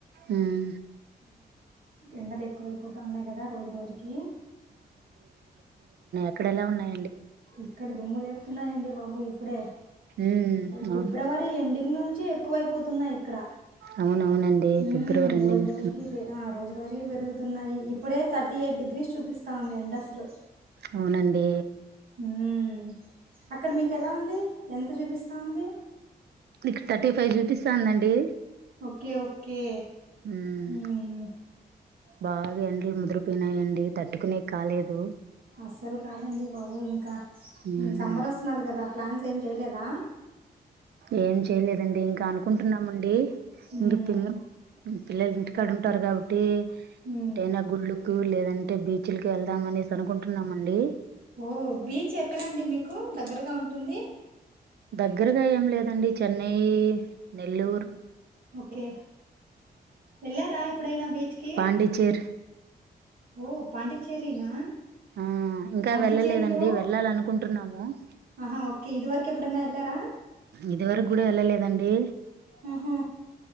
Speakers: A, on the right; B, on the right.
A: ఉమ్
B: ఎండలు ఎక్కువైపోతూ ఉన్నాయి కదా రోజు రోజుకి
A: ఇక్కడ ఎలా ఉన్నాయి
B: ఇక్కడ దుమ్ములే వతున్నాయండి బాబు ఇప్పుడే
A: ఉమ్ అవును
B: ఫిబ్రవరి ఎండింగ్ నుంచి ఎక్కువై పోతున్నాయి ఇక్కడ
A: అవునవునండి
B: మ్మ్,
A: ఫిబ్రవరి
B: రోజు
A: ఎండింగ్
B: రోజుకి పె- ఆ, రోజు పెరుగుతున్నాయి ఇప్పుడే థర్టీ ఎయిట్ డిగ్రీస్ చూపిస్తాంది ఎండా అసలు
A: అవునండి
B: మ్మ్. అక్కడ మీకు ఎలా ఉంది ఎంత చూపిస్తుంది
A: నీకు థర్టీ ఫైవ్ చూపిస్తా అందండి
B: ఓకే ఓకే
A: హ్మ్మ్
B: మ్మ్.
A: బాగా ఎండలు ముదురిపోయినాయండి తట్టుకునే కాలేదు
B: అస్సలు కాదండి బాబు ఇంక
A: మ్మ్
B: క సమ్మర్ వస్తున్నది కదా ప్లాన్స్ ఏం చేయలేదా
A: ఏం చేయలేదండి ఇంకా అనుకుంటున్నామండి
B: మ్మ్.
A: ఇంకా పి పిల్లలు ఇంటికాడ ఉంటారు కాబట్టి
B: మ్మ్.
A: ఎటైనా గుల్లు స్కూల్ లేదంటే బీచ్ లకి వెళ్దాం అనేసి అనుకుంటున్నామండి
B: ఓ బీచ్ ఎక్కడండి మీకు దగ్గరగా ఉంటుంది
A: దగ్గరగా ఏం లేదండి చెన్నై నెల్లూర్
B: ఓకే వెళ్ళారా ఎప్పుడైనా బీచ్ కి
A: పాండిచ్చేరి
B: ఓ పాండిచ్చేరి నా
A: ఆ ఇంకా
B: పాండిచ్చేరిలోఆ
A: వెళ్ళలేదండి వెళ్ళాలనుకుంటున్నాము
B: హ ఇదివరకు ఇంకెప్పుడైనా ఎల్లారా
A: ఇదివరకు కూడా వెళ్ళలేదండి
B: ఉహూ